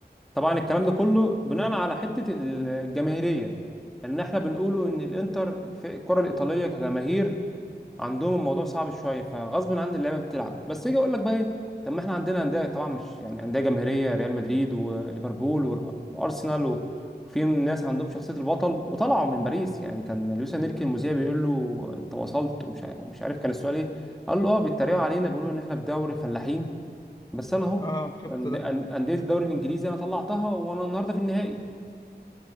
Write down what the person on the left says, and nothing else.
اه شفت
ده